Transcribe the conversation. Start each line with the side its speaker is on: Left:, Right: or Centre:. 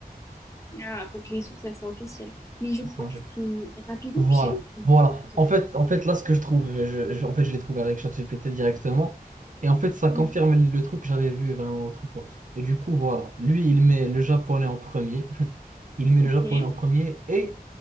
Left: Ah, faut que les sources, elles soient officielles. Mais je crois
Right: Sinon,
Left: que
Right: c'est-
Left: c'est rapidement,
Right: Voilà,
Left: je dirais c'est.
Right: voilà.
Left: déjà.
Right: En fait, en fait, là, ce que je trouve, je, je- en fait, je l'ai trouvé avec ChatGPT directement. Et en fait, ça
Left: Ouais,
Right: confirme le truc que j'avais vu vraiment l'autre fois. Et du coup, voilà. Lui, il met le japonais en premier. <laughs> Il met le
Left: ok.
Right: japonais en premier et